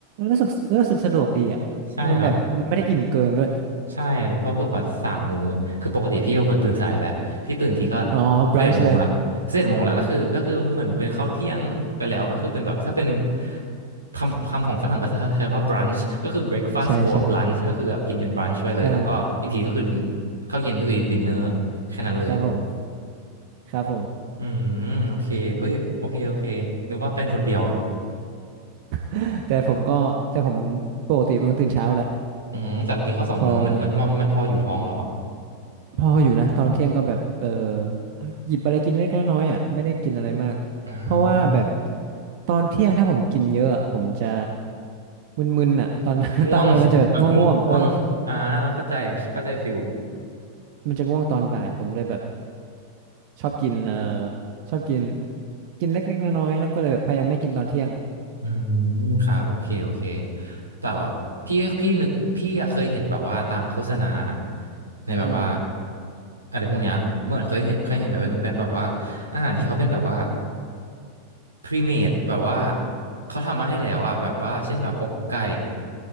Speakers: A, on the right; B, on the right.
A: รู้สึกรู้สึกสะดวกดีอ่ะ
B: ใช่ครับ
A: มันแบบมันไม่ได้อิ่มเกินด้วย
B: ใช่เพราะฝึกว่าสามมื้อคือปกติพี่เป็นคนตื่นสายอยู่แหละพี่ตื่นทีก็
A: อ๋อบรันช์เลย
B: สิบเอ็ดโมงละสิบเอ็ดโมงละแล้วคือก็คือเหมือนเป็นข้าวเที่ยงไปแล้วก็คือเป็นแบบถ้าเป็นคำคำของฝรั่งก็จะใช้ว่า brunch ก็คือ breakfast
A: ใช่ใช่
B: บวก lunch ก็คือแบบกินเป็น brunch ไปเลยแล้วก็อีกทีก็คือ
A: อ่า
B: din- ข้าวเย็นก็คือ dinner แค่นั้นเลย
A: นะครับผมครับผม
B: อืมโอเคเอ้ยโอเคโอเคนึกว่าเป็นคนเดียว
A: <laughs> แต่ผมก็แต่ผมปกติเป็นคนตื่นเช้าแหละ
B: อืมแต่เรากินข้าวสองมื้อมันมันมันมันพออยู่ท้องเหรอ
A: เพราะว่า พออยู่นะตอนเที่ยงก็แบบเออหยิบอะไรกินเล็กน้อยๆอ่ะไม่ได้กินอะไรมากเพราะว่าแบบ
B: อ่า
A: ตอนเที่ยงถ้าผมกินเยอะอะผมจะมึนๆอ่ะตอน <laughs>
B: ง่วงแบบง่วงง่วงอ่าเข้าใจเข้าใจฟิล
A: ตอนมันมันจะแบบง่วงๆเออมันจะง่วงตอนบ่ายผมเลยแบบชอบกินเออชอบกินกินเล็กๆน้อยๆแล้วก็เลยแบบพยายามไม่กินตอนเที่ยง
B: อืมครับโอเคโอเคแต่แบบพี่พี่นึกพี่อะเคยเห็นแบบว่าตามโฆษณาในแบบว่า
A: อืม
B: อะไรพวกเนี้ยเหมือนเคยเห็นเคยเห็นแบบเป็นเป็นแบบว่าอาหารที่เขาเป็นแบบว่าพรีเมดแบบว่าเขาทำมาให้แล้วอะแบบว่าเช่นแบบอกไก่